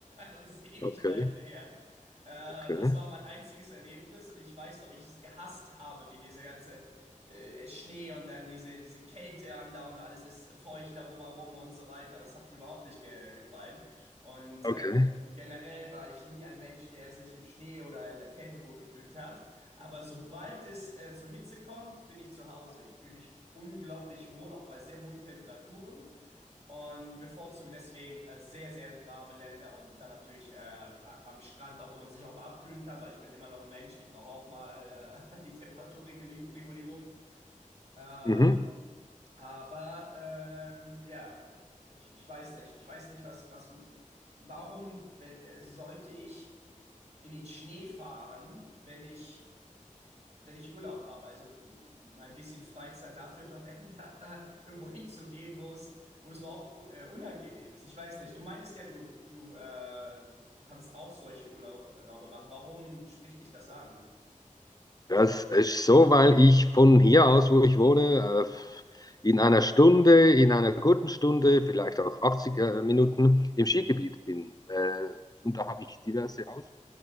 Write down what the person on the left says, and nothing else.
Okay,
okay,
okay.
Mhm.
Das ist so, weil ich von hier aus, wo ich wohne, äh, in einer Stunde, in einer guten Stunde, vielleicht auch 80 äh, Minuten im Skigebiet bin. Äh, und da habe ich diverse Aus